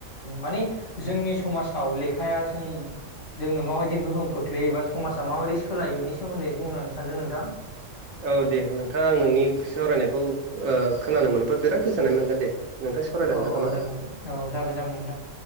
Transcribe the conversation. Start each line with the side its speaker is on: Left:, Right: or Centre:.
Left: माने जोंनि समाजाव लेखाया जों जोंनो माबायदि गोहोम खोख्लैयो एबा समाजा माबायदि सोलायो बिनि सोमोन्दै बुंनानै सानदों नोंथां
Right: औ दे नोंथाङा आं नोंनि सावरायनायखौ खोनानो मोनोबा बिराद गोजोननाय मोनगोन दे नोंथां सावरायलांदो
Left: औ औ
Right: नामा
Left: जागोन औ जागोन जागोन नोंथां।